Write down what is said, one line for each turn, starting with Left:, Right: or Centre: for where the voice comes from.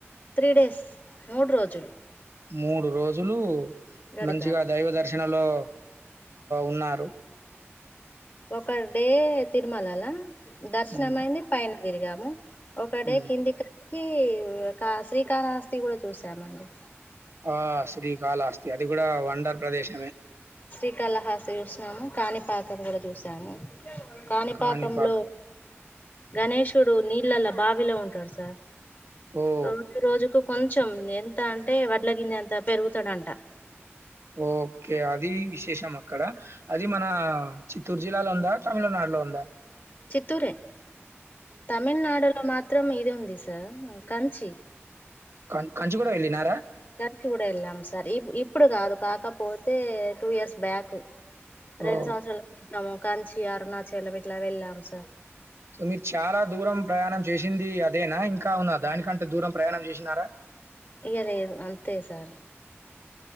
Left: త్రీ డేస్ మూడు రోజులు
Right: మూడు రోజులు
Left: గడిపాము
Right: మంచిగా దైవ దర్శనలో ఉన్నారు
Left: ఒక డే తిరుమలలా దర్శనం
Right: హ్మ్.
Left: అయింది పైన తిరిగాము ఒకడే
Right: హ్మ్.
Left: కిందికిి వచ్చి శ్రీకాళహస్తి కూడా చూసామండి
Right: ఆ శ్రీకాళ అస్తి అది కూడా వండర్ ప్రదేశమే
Left: శ్రీకాళహాసి చూసినాము కాణిపాకం కూడా చూసాము కాణిపాకంలో
Right: కాణిపాక్.
Left: గణేషుడు నీళ్ళల బావిలో ఉంటాడు సార్
Right: ఓహ్!
Left: రోజు రోజుకు కొంచెం ఎంత అంటే వడ్ల గింజ అంత పెరుగుతడంట
Right: ఓకే అది విశేషం అక్కడ అది మన చిత్తూరు జిల్లాలో ఉందా తమిళనాడు లోంద
Left: చిత్తూరే తమిళనాడులో మాత్రం చిత్రం ఇది ఉంది సార్ కంచి
Right: కం కంచి కూడా వెళ్ళినారా
Left: కంచి కూడా వెళ్ళాము సార్ ఇ ఇప్పుడు కాదు కాకపోతే టూ ఇయర్స్ బ్యాక్ రెండు
Right: ఓహ్!
Left: సంవత్సరాల క్రితము కంచి అరణాచలం ఇట్లా వెళ్ళాం సార్
Right: సో మీరు చాలా దూరం ప్రయాణం చేసింది అదేనా ఇంకా ఉన్నా దానికంటే దూరం ప్రయాణం చేసినారా
Left: ఇగ లేదు అంతే సార్